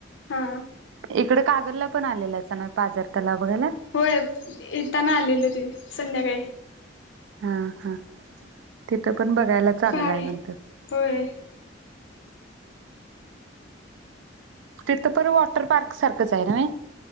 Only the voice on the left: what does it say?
हा
होय येताना आलेलं ते संध्याकाळी
भारी
होय